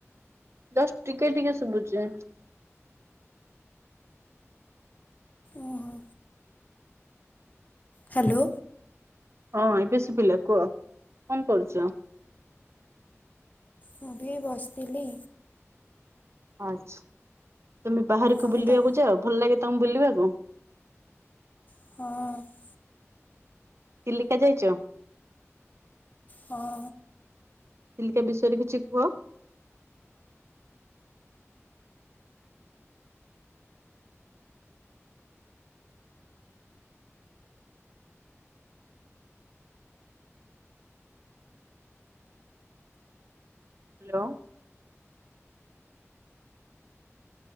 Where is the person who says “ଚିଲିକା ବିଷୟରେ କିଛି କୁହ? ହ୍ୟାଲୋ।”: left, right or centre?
Right